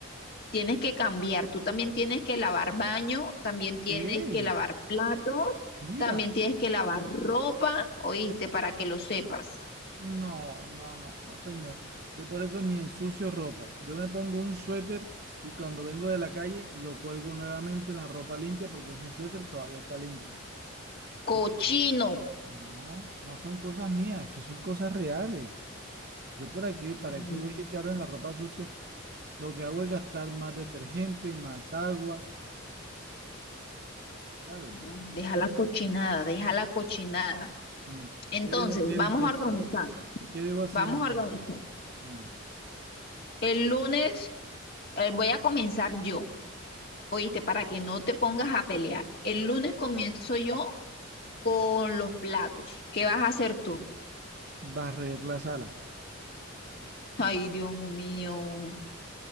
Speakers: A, on the left (about 50°); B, on the right (about 50°).
A: tienes que cambiar, tú también tienes que lavar baño, también tienes
B: ¿qué?
A: que lavar platos,
B: Mira,
A: también tienes que lavar ropa, oíste, para que lo sepas.
B: no, no, no, no, señor. Yo por eso ni ensucio ropa. Yo me pongo un suéter y cuando vengo de la calle lo cuelgo nuevamente en la ropa limpia porque ese suéter todavía está limpio.
A: Cochino.
B: Así que, no, no son cosas mías, es que son cosas reales. Yo por aquí, ¿para
A: Mm,
B: aquí voy a echar en la ropa sucia? Lo que hago es gastar más detergente, más agua, ¿sabes?
A: No, deja la cochinada, deja la cochinada.
B: Mm.
A: Entonces,
B: ¿Qué debo hacer
A: vamos
B: entonces?
A: a organizar,
B: ¿Qué debo hacer
A: vamos
B: entonces?
A: a organizar.
B: Bueno,
A: El lunes eh, voy a comenzar yo, oíste, para que no te pongas a pelear. El lunes comienzo yo con los platos. ¿Qué vas a hacer tú?
B: Barrer la sala.
A: Ay, Dios mío.